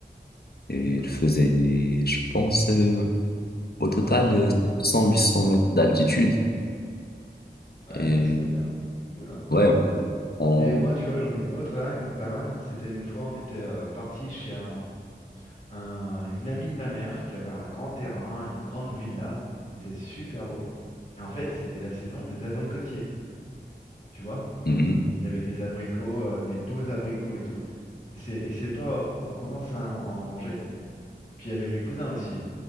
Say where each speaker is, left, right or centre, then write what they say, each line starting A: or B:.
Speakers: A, on the left (about 65°); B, on the left (about 45°).
A: Et
B: Euh,
A: il faisait, je pense, euh, au total,
B: Non, c'est
A: euh, sept
B: c'est
A: cents,
B: sympa.
A: huit cents mètres d'altitude.
B: Ouais,
A: Et
B: non, mais c'est bien. C'est cool.
A: ouais, on...
B: Et moi, tu vois, j'en ai une autre là, une pas mal. C'était une fois, on était euh, parti chez un, un- une amie de ma mère qui avait un grand terrain, une grande villa. Il faisait super beau. Et en fait, c'était la saison des abricotiers. Tu vois,
A: Mhm.
B: il y avait des abricots, euh, des beaux abricots et tout. Et c'est et c'est pas, on commence à en à en manger. Puis il y avait mes cousins aussi.